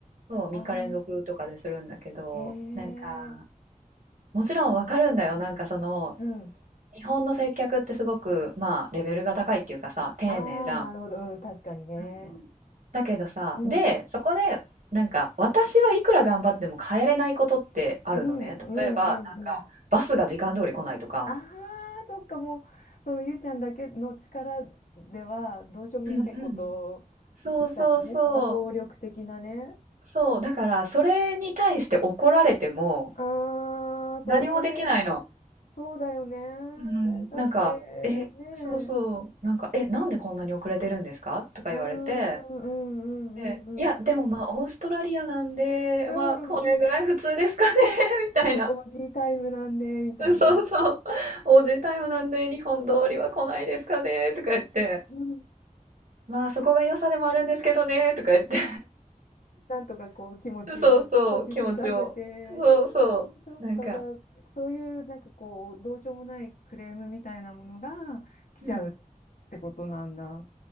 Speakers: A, on the right; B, on the left.
A: そう、3日連続とかでするんだけど、
B: ああ、へえ、
A: なんか、もちろんわかるんだよ、なんかその、
B: うん。
A: 日本の接客ってすごく、まあ、レベルが高いっていうかさ、丁寧じゃん。
B: ああ、なるほど、うん、確かにね。
A: うんうん。だけどさ、
B: うん、
A: で、そこで、なんか、私はいくら頑張っても変えれないことってあるのね。
B: うん、うん、
A: 例えば、
B: うん、
A: なんか、
B: うん。
A: バスが時間通り来ないとか。
B: ああ、そっか、もう、そのゆうちゃんだけの力ではどうしようもないこと
A: うんうん。そうそうそう。
B: だよね。多項力的なね。
A: そう、だから、それに対して怒られても、
B: ああー、
A: 何もできないの。
B: そ、それ、そうだよね。
A: うん。
B: だって、
A: なんか、え、
B: ねえ、
A: そうそう、なんか、え、なんでこんなに遅れてるんですかとか言われて、
B: うーん、うん、
A: で、
B: うん、うん、
A: いや、
B: うん、
A: でもまあ、オーストラリアなんで、
B: うん、
A: まあ、これぐらい普通ですかね
B: うん、
A: <laughs> みたいな。
B: おじいタイムなんで、みたいな。
A: うんそうそう。おじいタイムなんで日本通りは来ないですかねとか言って、
B: うん、
A: まあそこが良さでもあるんですけどねとか言って、
B: なんとかこう気持ちを落ち着かせて、
A: <laughs> そうそう、気持ちを。
B: えーそっか、
A: そうそう。なんか、
B: じゃあ、そういうなんかこう、どうしようもないクレームみたいなものが来ちゃうってことなんだ。
A: うん。